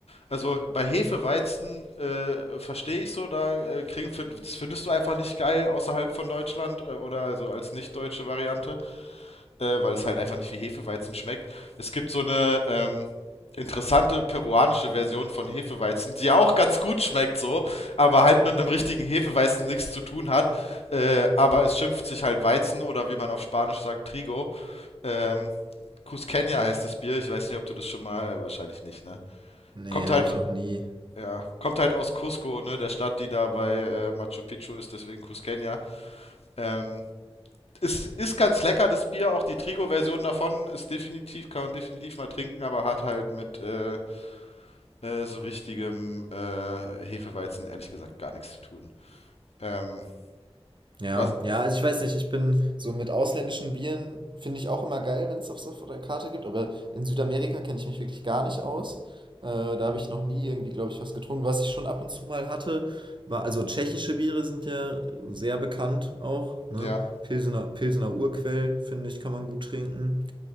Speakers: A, on the left; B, on the right.
A: Also bei Hefe, Weizen äh, verstehe ich so, da äh, kriegen, find- das findest du einfach nicht geil außerhalb von Deutschland äh, oder also als nicht deutsche Variante. äh, weil es halt einfach nicht wie Hefeweizen schmeckt. Es gibt so eine ähm, interessante peruanische Version von Hefeweizen, die auch ganz gut schmeckt so, aber halt mit einem richtigen Hefeweizen nichts zu tun hat. Äh, aber es schimpft sich halt Weizen oder wie man auf Spanisch sagt, Trigo. Ähm, Cusqueña heißt das Bier. Ich weiß nicht, ob du das schon mal, wahrscheinlich nicht, ne?
B: Nee,
A: Kommt
B: habe
A: halt,
B: ich noch nie.
A: ja, kommt halt aus Cusco, ne? Der Stadt, die da bei äh, Machu Picchu ist, deswegen Cusqueña. Ähm, es ist ganz lecker, das Bier, auch die Trigo-Version davon ist definitiv, kann man definitiv mal trinken, aber hat halt mit äh, äh, so richtigem äh, Hefeweizen ehrlich gesagt gar nichts zu tun. Ähm,
B: Ja,
A: was,
B: ja, also ich weiß nicht, ich bin so mit ausländischen Bieren, finde ich auch immer geil, wenn es das auf so der Karte gibt, aber in Südamerika kenne ich mich wirklich gar nicht aus. Äh, da habe ich noch nie irgendwie, glaube ich, was getrunken. Was ich schon ab und zu mal hatte, war, also tschechische Biere sind ja sehr bekannt auch, ne?
A: ja,
B: Pilsener, Pilsener Urquell, finde ich, kann man gut trinken.